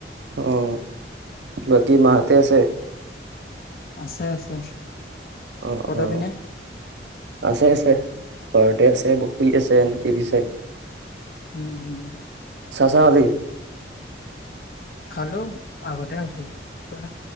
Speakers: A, on the right; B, on the left.
A: অ বাকী মাহঁতে আছে
B: আছে আছে
A: অ
B: তহঁতৰ
A: অ
B: পিনে
A: আছে আছে ঘৰতে আছে শুই আছে এনে টিভি চাই
B: উম হম হম
A: চাহ তাহ খালি
B: খালো আগতে আছো তয়